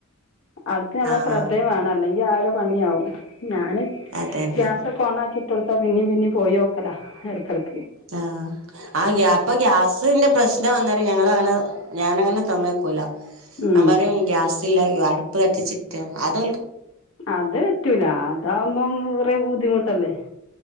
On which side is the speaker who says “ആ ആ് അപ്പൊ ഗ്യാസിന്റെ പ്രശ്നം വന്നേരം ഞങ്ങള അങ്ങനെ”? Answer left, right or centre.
Right